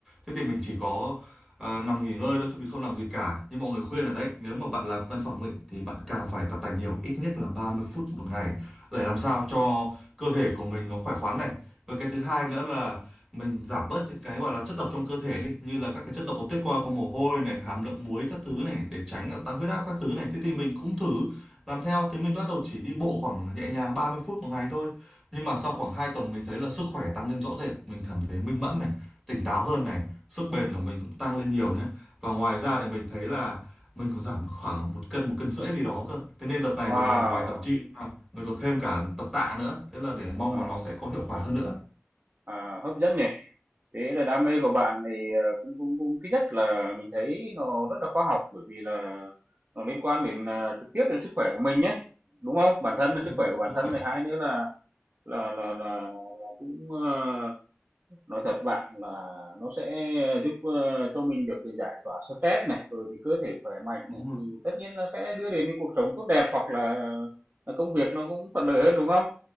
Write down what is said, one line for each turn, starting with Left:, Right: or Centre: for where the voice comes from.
Centre: thế thì mình chỉ có à, nằm nghỉ ngơi thôi chứ mình không làm gì cả nhưng mọi người khuyên là đấy nếu mà bạn làm văn phòng ấy, thì bạn càng phải tập tành nhiều ít nhất là 30 phút một ngày để làm sao cho cơ thể của mình nó khỏe khoắn này và cái thứ hai nữa là mình giảm bớt những cái gọi là chất độc trong cơ thể đi như là các cái chất độc có tiết qua qua mồ hôi này hàm lượng muối các thứ này để tránh là tăng huyết áp các thứ này thế thì mình cũng thử làm theo thế mình bắt đầu chỉ đi bộ khoảng nhẹ nhàng 30 phút một ngày thôi nhưng mà sau khoảng 2 tuần mình thấy là sức khỏe tăng lên rõ rệt mình cảm thấy minh mẫn này tỉnh táo hơn này sức bền của mình cũng tăng lên nhiều nhé và ngoài ra thì mình thấy là mình còn giảm được khoảng một cân một cân rưỡi gì đó cơ thế nên đợt
Right: Wow,
Centre: này mình là ngoài tập gym ra, mình còn thêm cả tập tạ nữa thế là để mong
Right: ờ,
Centre: mà nó sẽ có hiệu quả hơn nữa
Right: à, hấp dẫn nhỉ. Thế là đam mê của bạn thì ờ, cũng cũng cũng thứ nhất là mình thấy nó rất là khoa học bởi vì là nó liên quan đến ờ, trực tiếp đến sức khỏe của mình nhé, đúng không? Bản thân là
Centre: Ừ,
Right: sức khỏe của bản
Centre: đúng
Right: thân
Centre: rồi
Right: này, hai nữa là là là là, là cũng ờ, nói thật bạn là nó sẽ giúp ờ, cho mình được cái giải tỏa stress này, rồi thì cơ thể khỏe mạnh
Centre: đúng
Right: này
Centre: rồi
Right: thì tất nhiên là sẽ đưa đến cái cuộc sống tốt đẹp hoặc là, là công việc nó cũng thuận lợi hơn đúng không?